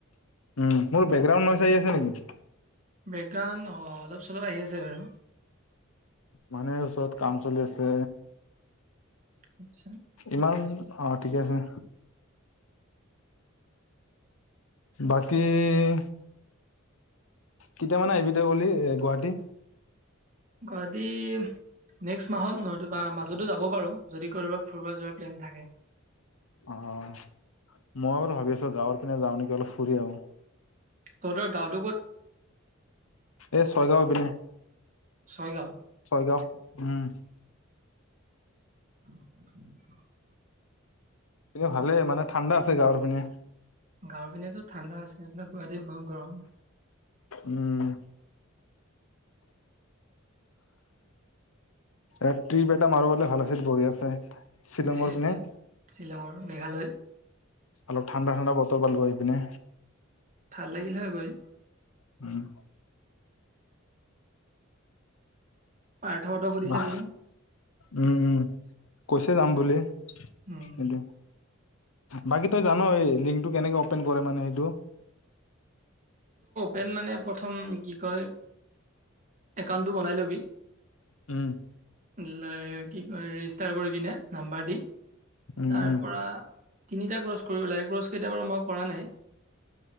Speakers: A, on the left (about 85°); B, on the right (about 35°).
A: উমঁ মোৰ বেকগ্ৰাউণ্ড ন চাৰি আছে নেকি।
B: বেকগ্ৰাউণ্ড অঁ অলপ-চলপ আহি আছে বাৰু।
A: মানহে ওচৰত কাম চলি আছে
B: আচ্ছা
A: ইমান। অঁ ঠিকে আছে। বাকী-। কেতিমানে আহিবি তই এ' গুৱাহাটী?
B: গাদী নেক্সট মাহত নতোবা মাজতো যাব বাৰু যদি কৰ'বাত ফূৰিব যোৱাৰ প্লেন থাকে।
A: অঁ। মইও বাৰু ভাবি আছো গাঁৱৰ পিনে যাও নেকি অলপ ফুৰি আহো আৰু।
B: তহৰত গাঁওখন কোন ফালে?
A: এ' ছয় গাঁওৰ পিনে।
B: ছয় গাঁও।
A: ছয় গাঁও উমঁ।
B: <unintelligible>
A: ভালেই মানে ঠাণ্ডা আছে গাঁওৰ পিনে।
B: গাঁওৰ পিনেতো ঠাণ্ডা আছে এইয়াত টো গুৱাহাটীত বহুত গৰম।
A: উমঁ। এ' ট্ৰিপ এটা মাৰিবলে ভাল আছিল বৰহিয়াছে। শ্বিলংৰ
B: সেইটোৱে
A: পিনে।
B: শ্বিলঙৰ মেঘালয়
A: অলপ ঠাণ্ডা ঠাণ্ডা বতৰ পালো হয় সেইপিনে।
B: ভাল লাগিল হয় গৈ।
A: উমঁ।
B: পাৰ্থহঁতক সুধি
A: উমঁ
B: চাবিচোন
A: উমঁ কৈছে যাম বুলি।
B: উমঁ।
A: সেইটো বাকী তই জান এই লিংকটো কেনেকে অপেন কৰে মানে সেইটো।
B: পেন মানে প্ৰথম কি কয় একাউন্টটো বনাই ল'বি।
A: উম।
B: কি ক ৰেজিষ্টাৰ কৰি কিনে নাম্বাৰ। তি
A: উম,
B: তাৰপৰা
A: উম,
B: তিনিটা কচ। কৰিব লাগে কছ কেইতিয়া বাৰু মই কৰা নাই